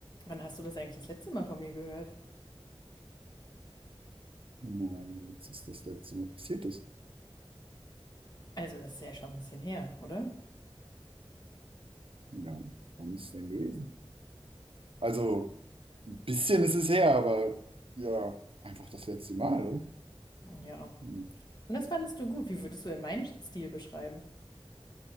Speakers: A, on the left (about 45°); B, on the right (about 65°).
A: Wann hast du das eigentlich das letzte Mal von mir gehört?
B: Na, jetzt ist das letzte Mal passiert ist.
A: Also das ist ja schon ein bisschen her, oder?
B: Ja, wann ist es denn gewesen? Also. Ein bisschen ist es her, aber ja, einfach das letzte Mal, oder?
A: Ja.
B: Hm.
A: Und das fandest du gut. Wie würdest du denn meinen Stil beschreiben?